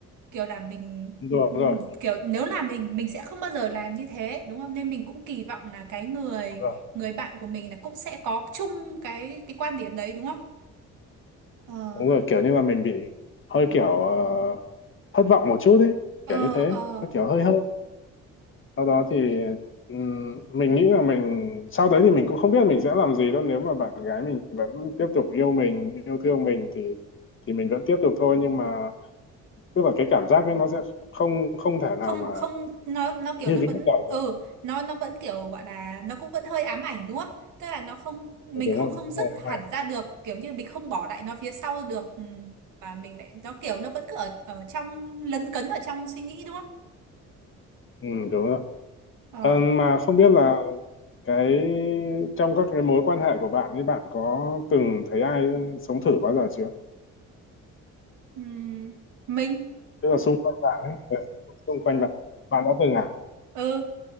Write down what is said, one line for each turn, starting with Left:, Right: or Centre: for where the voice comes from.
Right: kiểu là mình
Left: đúng
Right: ừm,
Left: rồi đúng rồi
Right: kiểu nếu là mình mình sẽ không bao giờ làm như thế đúng không nên mình cũng kỳ vọng là cái người
Left: đúng rồi,
Right: người bạn của mình là cũng sẽ có chung cái cái quan điểm đấy đúng không ờ
Left: đúng rồi kiểu như là mình bị hơi kiểu ờ, thất vọng một chút ấy
Right: ờ
Left: kiểu như thế
Right: ờ
Left: nó kiểu hơi sau đó thì ừm, mình nghĩ là mình sau đấy thì mình cũng không biết mình sẽ làm gì đâu nếu mà bạn gái mình vẫn tiếp tục yêu mình yêu thương mình thì thì mình vẫn tiếp tục thôi nhưng mà tức là cái cảm giác ấy nó sẽ không không thể nào
Right: không
Left: mà
Right: không nó nó kiểu
Left: như
Right: nó
Left: cái
Right: vẫn
Left: lúc đầu
Right: ừ
Left: được
Right: nó nó vẫn kiểu gọi là nó cũng vẫn hơi ám ảnh đúng không tức là nó không mình
Left: Ờ, đúng
Right: không
Left: rồi
Right: không
Left: đúng
Right: dứt
Left: rồi cái
Right: hẳn
Left: này
Right: ra được kiểu như mình không bỏ lại nó phía sau được ừ, mà mình lại nó kiểu nó vẫn cứ ở ở trong lấn cấn ở trong suy nghĩ đúng không
Left: ừ, đúng rồi
Right: ờ
Left: Ờ, mà không biết là cái trong các cái mối quan hệ của bạn ấy bạn có từng thấy ai sống thử bao giờ chưa
Right: ừm, mình
Left: tức là xung quanh bạn ấy ừ, xung quanh bạn bạn đã từng à
Right: ừ